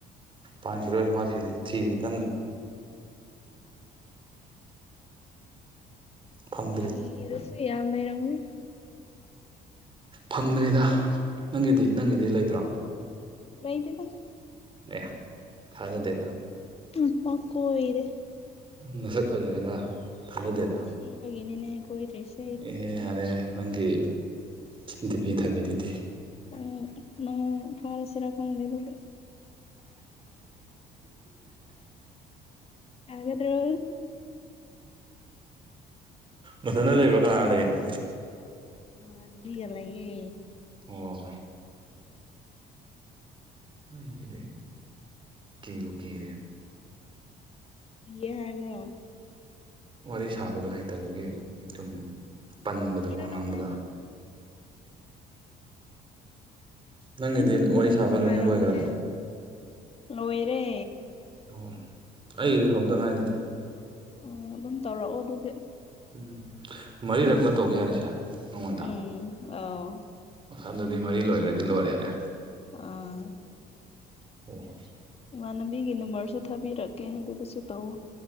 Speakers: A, on the right; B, on the left.
A: ꯄꯥꯟꯈꯤꯔꯣꯏ ꯋꯥꯠꯈꯤꯅꯤ ꯊꯤꯔ ꯀꯟꯅ ꯐꯪꯗ꯭ꯔꯤ
B: ꯊꯤꯔꯁꯨꯏ ꯌꯥ ꯂꯩꯔꯝꯅꯤ
A: ꯐꯪꯗ꯭ꯔꯤꯗ ꯅꯪꯒꯤꯗꯤ ꯅꯪꯒꯤꯗꯤ ꯂꯩꯇ꯭ꯔꯣ
B: ꯂꯩꯇꯦ ꯗ
A: ꯑꯦ ꯊꯖꯗꯦꯗ
B: ꯎ ꯄꯀꯣꯏꯔ ꯦ
A: ꯅꯁꯛ ꯐꯖꯔꯒ ꯊꯥꯖꯗꯦꯗ
B: ꯊꯤꯕꯒꯤꯅꯤꯅꯦ ꯀꯣꯏꯗꯔꯁꯦ
A: ꯑꯦ ꯌꯥꯔꯦ ꯅꯪꯒꯤ ꯗꯤꯄꯤ ꯊꯝꯃꯤꯗꯨꯗꯤ
B: ꯅꯪ ꯅꯪ ꯐꯥꯜ ꯁꯤꯔ ꯈꯪꯗ ꯦꯗ ꯌꯥꯒꯗ꯭ꯔꯣ
A: ꯃꯊꯇ ꯂꯩꯕ꯭ꯔꯣ ꯀꯅꯥ ꯂꯩꯔꯤꯅꯣ
B: ꯃꯥꯥꯟꯕꯤ ꯌꯥꯝ ꯂꯩꯌꯦ
A: ꯑꯣ ꯍꯣꯏꯅꯤꯅꯦ ꯀꯔꯦ
B: ꯀꯤꯌꯦ ꯍꯥꯏꯕ꯭ꯔꯣ
A: ꯋꯥꯔꯤ ꯁꯥꯕꯗꯣ ꯍꯩꯇꯕꯒꯤ ꯁꯨꯝ ꯄꯟꯕꯗꯣ
B: ꯀꯤꯔꯨꯅꯨꯍꯦ
A: ꯋꯥ ꯉꯥꯡꯕꯗ ꯅꯪꯒꯤꯗꯤ
B: ꯑꯗꯨꯝ
A: ꯋꯥꯔꯤ ꯁꯥꯕ ꯂꯣꯏꯅ
B: ꯍꯥꯏꯔꯛꯑꯣꯅꯦ
A: ꯂꯣꯏꯒ꯭ꯔꯕꯣ
B: ꯂꯣꯏꯔꯦ
A: ꯑꯣ ꯑꯩꯒꯤꯗꯤ ꯍꯧꯗꯉꯥꯏꯔꯤ
B: ꯑꯣ ꯑꯗꯨꯝ ꯇꯧꯔꯛꯑꯣ ꯑꯗꯨꯗꯤ
A: ꯎꯝ ꯃꯔꯤꯔꯛꯂ ꯇꯧꯕ ꯌꯥꯔꯤꯁꯦ ꯅꯉꯣꯟꯗ
B: ꯎꯝ ꯑ
A: ꯑꯗꯨꯗꯤ ꯃꯔꯤ ꯂꯣꯏꯒꯔꯥꯗꯤ ꯂꯣꯏꯔꯦꯅꯦ
B: ꯑꯥ
A: <inaudible>
B: ꯏꯃꯅꯕꯤꯒꯤ ꯅꯝꯕꯔꯁꯨ ꯊꯥꯕꯤꯔꯛꯀꯦ ꯑꯗꯨꯗꯨꯁꯨ ꯇꯧ